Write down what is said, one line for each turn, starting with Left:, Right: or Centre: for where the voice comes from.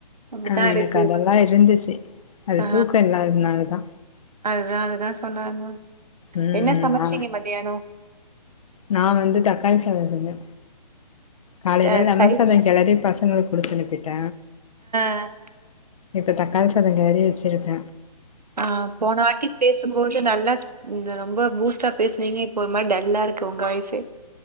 Right: அப்டிதான்
Left: ஆ எனக்கு
Right: இருக்கு
Left: அதெல்லா இருந்துச்சி அது
Right: ஆ
Left: தூக்கொ இல்லாதத்னாலதா
Right: ஆ அததா சொன்னாங்க
Left: ம்
Right: என்ன சமச்சீங்க
Left: ஆ
Right: மதியானொ
Left: நா வந்து தக்காளி சாதொ செஞ்ச காலைல
Right: அ
Left: லெமன்
Right: சைடிஷ்
Left: சாதொ கெளறி பசங்களுக் குடுத்து அனுப்பிட்ட
Right: அ
Left: இப்ப தக்காளி சாதொ கெளறி வச்சிருக்க
Right: ஆ போன வாட்டி பேசம்போது நல்லாஸ் இந்த ரொம்ப பூஸ்ட்டா பேசுனீங்க இ ப்போ ஒர் மாரி டல்லா இருக்கு உங்க வாய்ஸே